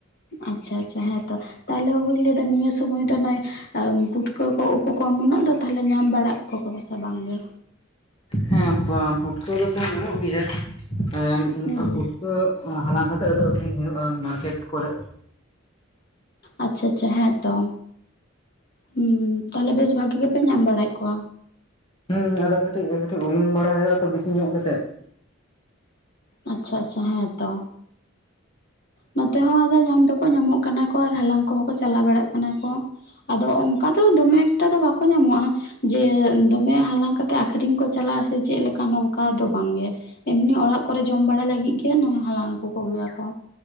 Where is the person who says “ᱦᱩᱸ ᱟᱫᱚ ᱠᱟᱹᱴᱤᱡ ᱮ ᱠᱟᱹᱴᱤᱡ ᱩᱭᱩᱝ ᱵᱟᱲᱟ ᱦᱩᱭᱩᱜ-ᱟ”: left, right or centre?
Left